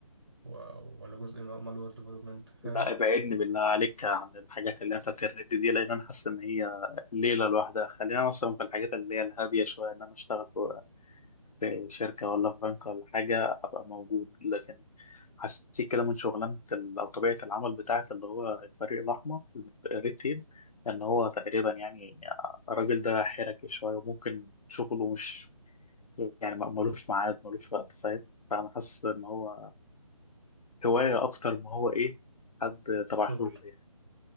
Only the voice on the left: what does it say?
لا ابعدني بالله عليك عن الحاجات اللي هي بتاعت الرد دي لان انا حاسس ان هي ليله لوحدها خلينا مثلا في الحاجات اللي هي الهاديه شويه ان انا اشتغل في في شركه ولا في بنك ولا حاجه ابقى موجود لكن حسيت كده من شغلانه ال- او طبيعه العمل بتاعت اللي هو الفريق الاحمر الريد تيم ان هو تقريبا يعني الراجل ده حركي شويه وممكن شغله مش يعني ما- ملوش ميعاد ملوش وقت فاهم فانا حاسس ان هو هوايه اكتر ما هو ايه حد تبع شغل
يعني.